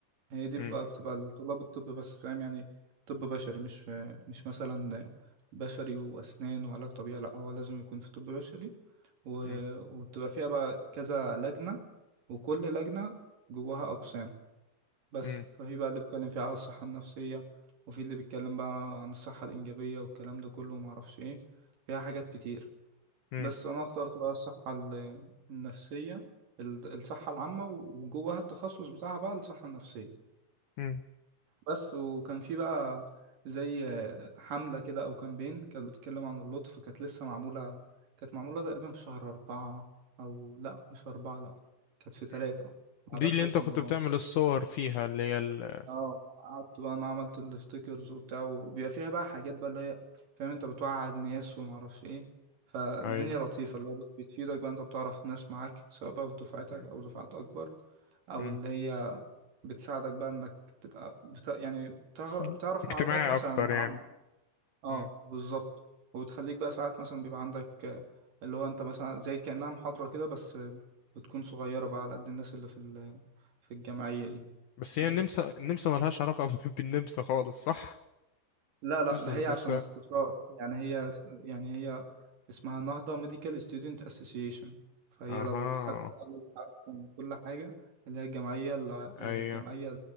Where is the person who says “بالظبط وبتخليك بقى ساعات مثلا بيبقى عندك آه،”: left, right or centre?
Right